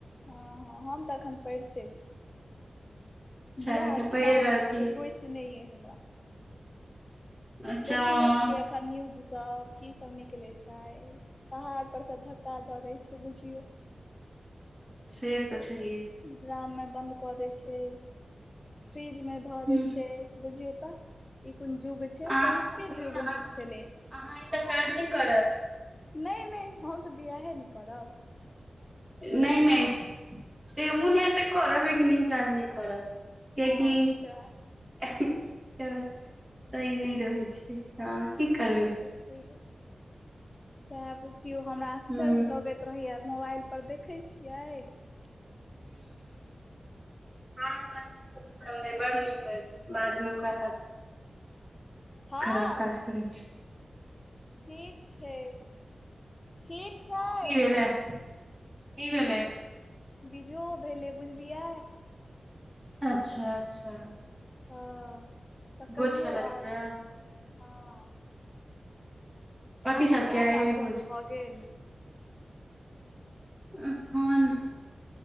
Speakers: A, on the left; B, on the right.
A: हँ हँ हम त एखन पैढ़ते छी।
B: अच्छा
A: बिआाह
B: के पढ़ि
A: दानमे
B: रहल
A: एते
B: छी
A: रुचि नै अइ हमरा।
B: अच्छा
A: देखय
B: हँ
A: नहि छियै एखन न्यूजसब कि सब निकलै छै। पहाड़ पर स धक्का दऽ देय छै बुझियो।
B: से तऽ छैहे।
A: ड्राम में बंद क देय छै फ्रिज में धऽ
B: हूँ
A: देय छै बुझियौ तऽ, ई कोन युग छै,
B: अहाँ
A: पहिलके
B: सुनू
A: युग
B: ने अहाँ
A: नीक छले।
B: अहाँ ई सब काज नहि करब।
A: नहि- नहि हम तऽ बियाहे नहि करब।
B: नहि- नहि से मुन हैत करब, लेकिन ई काज नहि करब। कियकि
A: हँ अच्छा
B: एहे सही नहि रहै छै। हँ, की करबै?
A: छैहे। सएह बुझियौ, हमरा आश्चर्य
B: हूँ
A: लगैत रहैया, मोबाइल पर देखैत छियै। <unintelligible>
B: पढ कला मे अहाँ के लागत बड पसन्द अय, बड नीक अय, बाद मे ओकरा साथे
A: हँ
B: खराब काज करै छय।
A: ठीक छै, ठीक छै।
B: कि भेलय, कि भेलय?
A: बीजो भेलै बुझलियै।
B: अच्छा! अच्छा।
A: हँ तऽ कहियौ
B: भौज खेलै जेबैय
A: आओर
B: आब?
A: हँ अहाँके
B: कथी सभके
A: कए
B: आइए
A: टा फोन
B: भोझ?
A: भऽ गेल
B: एखन।